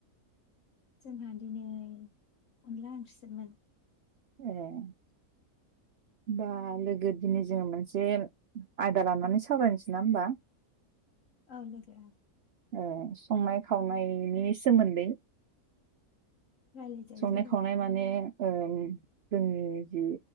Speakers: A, on the left; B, on the right.
A: जोंहा दिनै अनला ओंख्रि सोमोन।
B: ए होमबा लोगो दिनै जोङो मोनसे आयदा लानानै सावरायनोसै ना होमबा?
A: औ लोगो
B: ए संनाय खावनायनि सोमोन्दै।
A: रायलायजायो
B: संनाय
A: लोगो
B: खावनाय माने ओम जि जोंनि जि